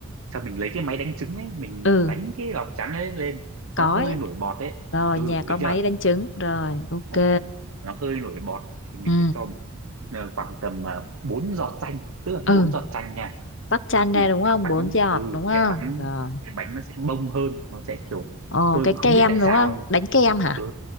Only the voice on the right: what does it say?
sau mình lấy cái máy đánh trứng ấy mình
đánh cái lòng trắng ấy lên
nó
hơi nổi bọt đấy
ừ
được
chưa
Đấy, nó hơi nổi bọt thì mình
sẽ cho một, ờ, khoảng tầm uh, 4 giọt chanh tức là
4 giọt chanh nha
thì
cái bánh
ừ
cái bánh
cái bánh nó sẽ bông hơn nó sẽ kiểu
tôi
cũng không
biết tại
sao
ừ